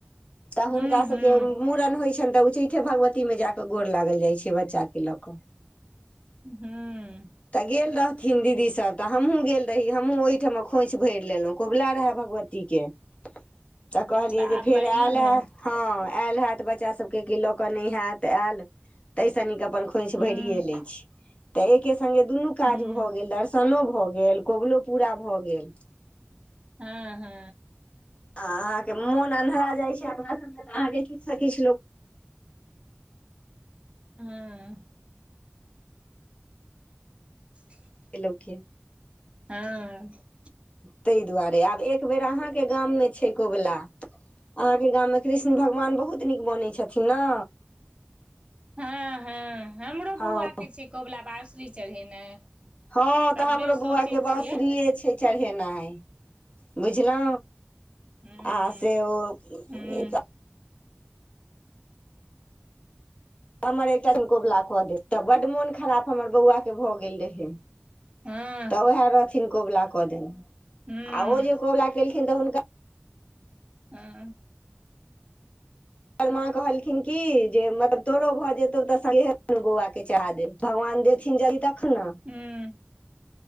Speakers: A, on the left; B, on the right.
A: तऽ
B: हूँ
A: हुनका सभके। मूड़न होइ छनि तऽ उच्चैठे भगवती मे जा कऽ गोर लागल जाइ छै बच्चा कऽ लऽ कऽ।
B: हूँ हूँ
A: तऽ गेल रहथिन दीदी सब तऽ हमहूँ। गेल रही हमहुँ ओहिठमा खोंइछि भरि लेलहुँ कबुला रहै भगवती के। तऽ कहलियै
B: आब
A: जे फेर
B: बढ़िआँ
A: आयल।
B: भेल
A: हँ आयल हायत बच्चा सब के कऽ लऽ के नहि हयत आयल तैसय निक। अपन खोंईछी
B: हूँ
A: भरिे ले छी ते एके संगगे दुनू काज
B: हूँ
A: भए गेल दर्शनो भऽ गेल। कबलो पूरा भऽ गेल।
B: ह ह
A: आ अहाँकेँ मोन अन्धहरा जाय छै अपना सभ मे त अहाँकेँ किछु से किछु लोक।
B: ह <inaudible>
A: भेलो कि
B: ह
A: ताहि दुआरे आब एक बेर अहाँकेँ गाम मे छै कबुला। अहाँकेँ गाम मे कृष्ण भगवान बहुत नीक बनै छथिन न
B: ह ह हमरो
A: हँ
B: बौआ के छै कबुला बासुरी चढ़ेनाइ
A: हँ तऽ
B: सब
A: हमरो
B: बेर सोचै
A: बौआ के बाँसुरी
B: छियै
A: ये छै चढ़ेनाइ बुझलु
B: हूँ
A: आ से ओ
B: हूँ
A: ईटा। हमर एकटा हम कबुला कऽ देब तऽ बड्ड मोन खराब हमर बौआ के भऽ गेल रहै
B: हँ
A: तऽ उएह रहथिन कबुला कऽ देने
B: हूँ
A: ओ जे कबुला केलखिन तऽ हुनका
B: हू
A: माँ कहलखिन की जे मतलब तोरो भऽ जेतौ तऽ सगे बौआ खीचा जेते भगवान देथिन जल्दी तखन नै
B: ह